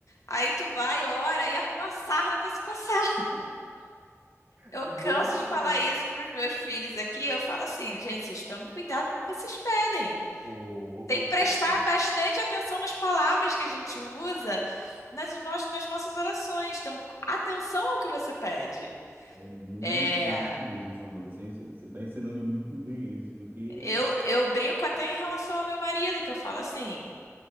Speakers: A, on the left; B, on the right.
A: Aí tu vai, ora e arruma a sarna pra se coçar. Eu
B: é é bem
A: canso
B: isso
A: de falar
B: mesmo.
A: isso pros meus filhos aqui. Eu falo assim, gente, vocês tomem cuidado com o que vocês pedem.
B: Pô,
A: tem que prestar
B: tem-
A: bastante atenção nas palavras que a gente usa nas, nos- nas nossas orações. Então, atenção ao que você pede.
B: é muito
A: É,
B: isso mesmo, Samanta. Você, você está ensinando muito bem isso, porque.
A: eu, eu brinco até em relação ao meu marido, que eu falo assim: